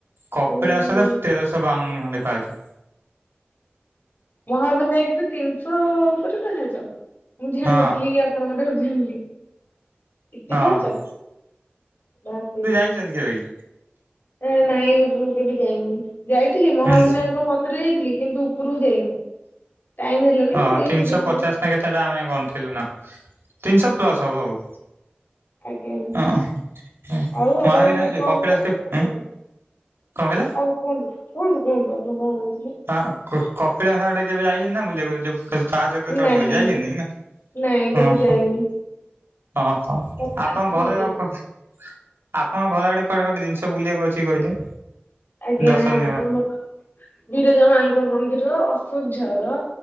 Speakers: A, on the right (about 80°); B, on the left (about 65°).
A: କପିଳାସରେ
B: ଓହୋ
A: ତେରଶହ ବାଉନ ଖଣ୍ଡେ ପାହଚ।
B: ମହାଭିିନାୟକ ରେ ତିନିଶହ ଉପରେ ପାହାଚ ମୁଁ ଜାନିନଥିଲି
A: ହଁ
B: ଆପଣଙ୍କ <inaudible> ଏତେ ପାହାଚ
A: ଓହୋ
B: ବାପ ରେ।
A: ଦେଖିଛନ୍ତି କେବେ କି?
B: ଏ ନାଇଁ ଉପର କୁ କେବେ ଯାଇନି ଯାଇଥିଲି ମହାବିନାୟକ
A: ହୁଁ
B: ମନ୍ଦ ଥରେ ଯାଇଥିଲି କିନ୍ତୁ ଉପରକୁ ଯାଇନି ଟାଇମ ହେଲାନି
A: ହଁ
B: ପଳେଇ
A: ତିନିଶହ
B: ଆସିଲୁ ସମସ୍ତେ।
A: ପଚାଶ ନା କେତେଟା ଆମେ ଗଣିଥିଲୁ ନା ତିନିଶହ ପ୍ଲସ୍ ହବ ଆଉ।
B: ଆଜ୍ଞା।
A: ହ ହ
B: ଆଉ ଆପଣ
A: ମହାବିନାୟକ
B: କଣ
A: କପିଳାସ
B: କରିବାକୁ
A: କେବେଏଁ କଣ କହିଲେ?
B: ଆଉ କୁହନ୍ତୁ କୁହନ୍ତୁ କୁହନ୍ତୁ ଆପଣ କଣ କହୁଥିଲେ?
A: ହଁ କପିଳାସ ଆଡେ କେବେ ଯାଇଛନ୍ତି ନା ବୁଲିବାକୁ ଯୋଉ। ଫାହାଚ ଉପରେ ଚଢି
B: ନାଇଁ
A: ଚଢି ଯାଇଛନ୍ତି ନାଁ?
B: ନାଇଁ କେବେ ଯାଇନି
A: ହଁ ହଁ
B: କପିଳାସ
A: ଆପଣ
B: କେବେ
A: ଘରେ
B: ଯାଇନି।
A: ଆଉ ଆପଣଙ୍କ ଘର ଆଡେ କୁଆଡେ ଗୋଟେ ଜିନିଷ ବୁଲିବାକୁ ଅଛି କହିଲେ?
B: ଆଜ୍ଞା
A: ଦର୍ଶନୀୟ ହଁ
B: ଆମର ବିରଜା ମାଙ୍କ ମନ୍ଦିର। ସୁବଝର